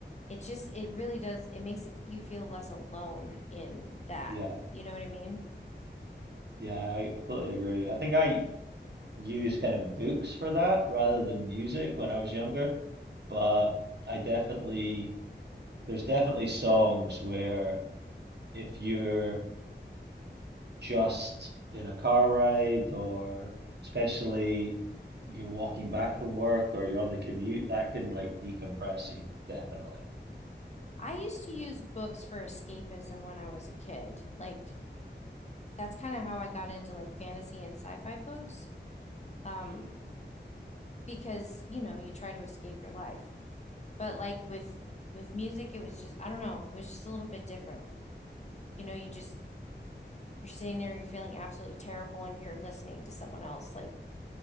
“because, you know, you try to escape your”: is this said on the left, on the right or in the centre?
Left